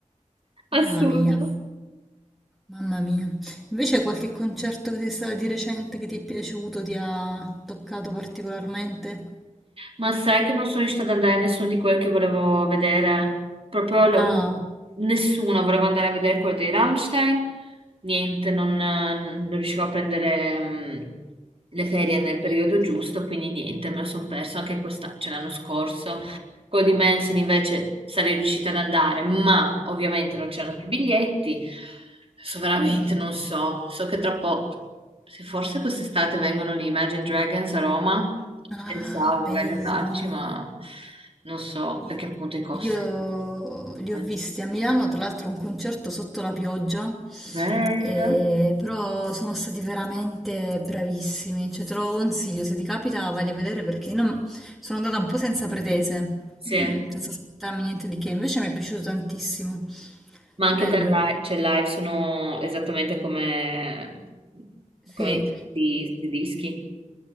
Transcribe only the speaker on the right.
assurdo.
Ma sai che non sono riuscita ad andare a nessuno di quelli che volevo vedere? Proprio l-
nessuno. Volevo andare a vedere quello dei Rammstein. Niente, non, non riuscivo a prendere mm, le ferie
nel
periodo giusto, quindi niente, me lo sono perso anche questa, cioè l'anno scorso. Quello di Manson invece sarei riuscita ad andare, ma ovviamente non c'erano più biglietti. Adesso veramente non so. So che tra poco, se forse quest'estate vengono gli Imagine Dragons a Roma,
pensavo magari
di andarci, ma non so
perché appunto i costi
sono
alti.
Bello.
Sì,
ma anche
dal live, cioè live sono esattamente come,
come i questi questi dischi.